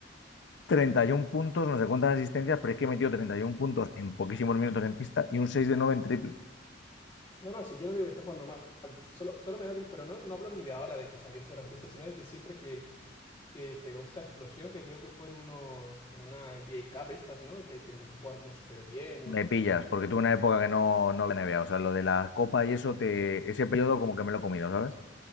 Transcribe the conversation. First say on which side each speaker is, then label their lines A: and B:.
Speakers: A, on the left; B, on the left.
A: 31 puntos, no sé cuántas asistencias, pero es que metió 31 puntos en poquísimos minutos en pista y un 6 de 9 en triple.
B: No, no, sí, yo no digo que esté jugando mal. Solo, solo me da como- pero no, no hablo ni de ahora de que salió esto de la encuesta, sino desde siempre que, que pegó esta explosión, que creo que fue en unos, en una NBA Cup estas, ¿no? Que, que empezó a jugar como súper bien
A: Me pillas, porque tuve una época que no, no veía NBA, o sea, lo de la copa y eso, te, ese periodo como que me lo he comido, ¿sabes?